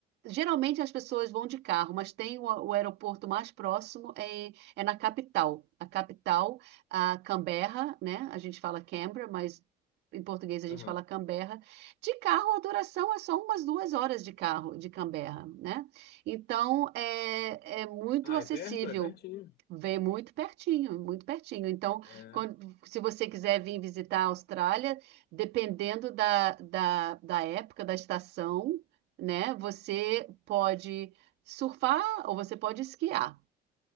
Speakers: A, on the right; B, on the left.
A: Geralmente as pessoas vão de carro, mas tem o, o aeroporto mais próximo é, é na capital. A capital, a Canberra, né? A gente fala Canberra, mas em português a
B: Aham.
A: gente fala Canberra. De carro, a duração é só umas duas horas de carro de Canberra, né? Então é, é muito
B: Ah,
A: acessível.
B: é perto? É pertinho.
A: Vem muito pertinho, muito pertinho. Então,
B: É.
A: quando- se você quiser vir visitar a Austrália, dependendo da, da, da época, da estação né? Você pode surfar ou você pode esquiar.